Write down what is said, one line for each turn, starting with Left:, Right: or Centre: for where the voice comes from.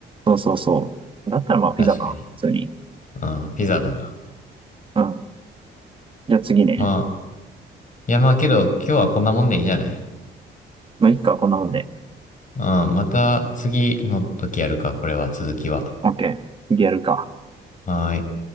Right: そうそうそう。だったらまあ、ピザか。
Left: 確かに。
Right: 普通に。
Left: うん、ピザだな。
Right: うん。じゃあ次ね。
Left: まあ、いやまあけど、今日はこんなもんでいいんじゃない
Right: まあ、いっか、こんなもんで。
Left: うん、また次の時やるか、これは、続きは。
Right: オッケー。次やるか。
Left: はーい。